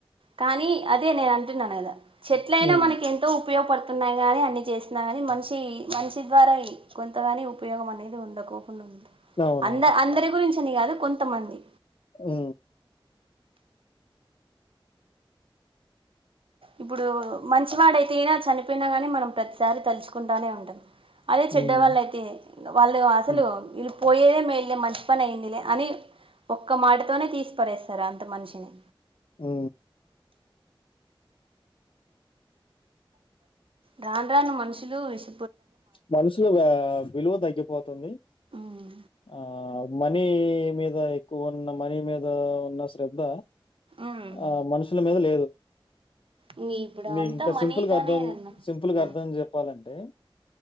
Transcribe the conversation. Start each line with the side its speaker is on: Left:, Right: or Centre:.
Right: కానీ అదే నేను అంటున్నాను కదా చెట్లయినా
Left: హ్మ్.
Right: మనకి ఎంతో ఉపయోగపడుతు న్నాయి కానీ అన్ని చేసినా గాని మనిషి మనిషి ద్వారా కొంతగాని ఉపయోగం అనేది ఉండకోక్
Left: అవునవును.
Right: అంద అందరి గురించి అని కాదు కొంతమంది
Left: ఉ
Right: ఇప్పుడు మంచివాడు అయితేయినా చనిపోయినా గాని మనం ప్రతిసారి తలుచుకుంటానే ఉంటాం అదే చెడ్డ
Left: హ్మ్.
Right: వాళ్ళ అయితే వాళ్ళు అసలు
Left: హ్మ్.
Right: పోయేదే మేల్లే మంచి పని అయిందిలే అని ఒక్క మాటతోనే తీసిపరేస్తారు అంత మనిషిని
Left: ఉ
Right: రాను రాను మనుషులు విష
Left: మనుసులుగా విలువ తగ్గిపోతుంది
Right: ఉమ్
Left: ఆ మనీ మీద ఎక్కువ ఉన్న మనీ మీద ఉన్న శ్రద్ధ
Right: ఉమ్
Left: ఆ మనుషుల మీద లేదు
Right: ఇంగ ఇప్పుడు
Left: మీకు
Right: అంతా
Left: ఇంకా
Right: మనీతోనే
Left: సింపుల్గా అర్థం
Right: అన్న
Left: సింపుల్
Right: పని
Left: గా అర్థం చెప్పాలంటే